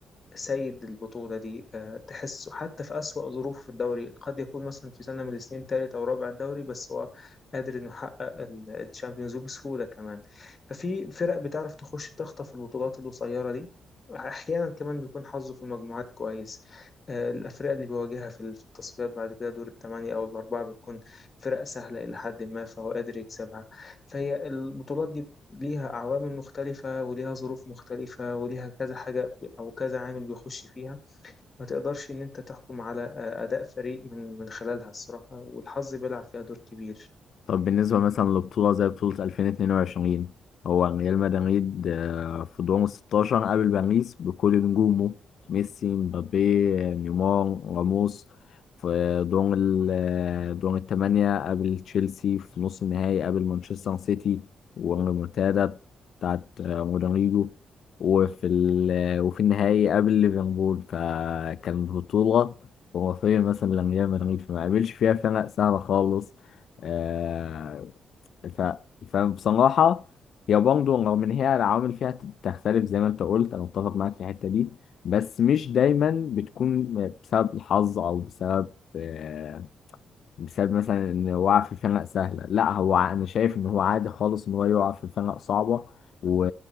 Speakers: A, on the left; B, on the left.
A: سيد البطولة دي آه، تحسه حتى في أسوأ ظروف في الدوري قد يكون مثلا في سنة من السنين تالت أو رابع الدوري بس هو قادر إنه يحقق الشامبيونز ليج بسهولة كمان ففي فرق بتعرف تخش تخطف البطولات القصيرة دي أحيانا كمان بيكون حظه في المجموعات كويس آه، الأفرقة اللي بيواجهها في في التصفيات بعد كده دور الثمانية أو الأربعة بتكون فرق سهلة إلى حد ما فهو قادر يكسبها فهي البطولات دي ليها عوامل مختلفة وليها ظروف مختلفة وليها كذا حاجة أو كذا عامل بيخش فيها ما تقدرش إن أنت تحكم على آه، أداء فريق من من خلالها الصراحة والحظ بيلعب فيها دور كبير
B: طب بالنسبة مثلا لبطولة زي بطولة 2022 هو ريال مدريد آه، في دور ال 16 قابل باريس بكل نجومه ميسي مبابي نيمار راموس في دور ال آه، دور الثمانية قابل تشيلسي في نص النهائي قابل مانشستر سيتي والريمونتادا بتاعت آه، رودريجو وفي ال آه، وفي النهائي قابل ليفربول فكان بطولة خرافية مثلا لريال مدريد فما قابلش فيها فرق سهلة خالص آه، ف... فبصراحة هي برضه رغم إن هي العوامل فيها تختلف زي ما أنت قلت أنا متفق معاك في الحتة دي بس مش دايما بتكون بسبب الحظ أو بسبب آه، بسبب مثلا ان وقع في خناقه سهله لا هو ع- انا شايف ان هو عادي خالص ان هو يقع في خناقه صعبه و...